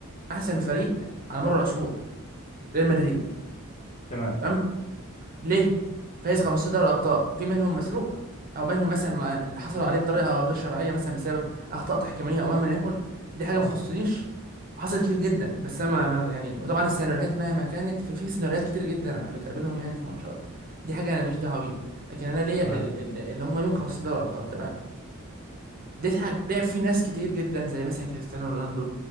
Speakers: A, on the right; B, on the left.
A: احسن فريق على مر العصور ريال مدريد
B: تمام
A: تمام ليه فايز 15 دوري ابطال في منهم مسروق او منهم مثلا ما- اللي حصلوا عليه بطريقه غير شرعيه مثلا بسبب اخطاء تحكيميه او مهما يكن دي حاجه
B: حصلت
A: ما تخصنيش وحصلت كتير جدا بس انا ما يعني وطبعا السيناريوهات مهما كانت في, في سيناريوهات كتير جدا بتقابلهم يعني في الماتشات دي حاجه انا ماليش دعوه بيها لكن انا ليا
B: تمام
A: ال- ال- ال- اللي هم ليهم 15 دوري ابطال تمام دي حاجه لعب في ناس كتير جدا زي مثلا كريستيانو رونالدو